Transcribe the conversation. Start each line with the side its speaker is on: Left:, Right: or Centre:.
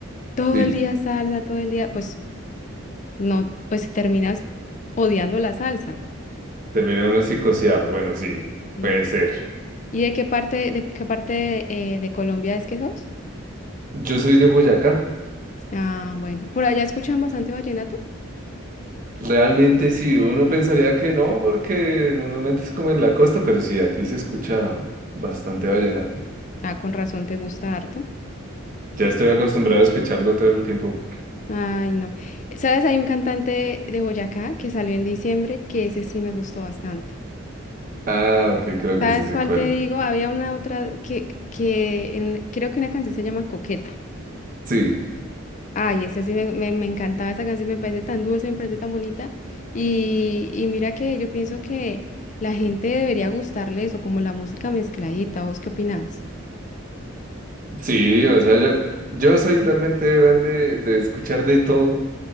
Left: Todo
Right: Sí,
Left: el día salsa, todo el día, pues no, pues terminas odiando la salsa.
Right: terminó uno psicoseado. Bueno, sí,
Left: ¿sí?
Right: puede ser.
Left: ¿Y de qué parte, de qué parte eh, de Colombia es que sos?
Right: Yo soy de Boyacá.
Left: Ah, bueno. ¿Por allá escuchan bastante vallenato?
Right: Realmente sí, uno pensaría que no, porque normalmente es como en la costa, pero sí, aquí se escucha bastante vallenato.
Left: Ah, con razón te gusta harto.
Right: Ya estoy acostumbrado a escucharlo todo el tiempo.
Left: Ay, no. ¿Sabes? Hay un cantante de Boyacá que salió en diciembre que ese sí me gustó bastante.
Right: Ah, ok, creo
Left: ¿Sabes
Right: que sí sé
Left: cuál
Right: cuál.
Left: te digo? Había una otra que, que en- creo que una canción se llama Coqueta.
Right: Sí,
Left: Ay, ese sí me, me- me encantaba esa canción, me parece tan dulce, me parece tan bonita. Y, y mira que yo pienso que la gente debería gustarle eso, como la música mezcladita. ¿Vos qué opinás?
Right: sí, o sea, yo, yo soy realmente fan de, de escuchar de todo.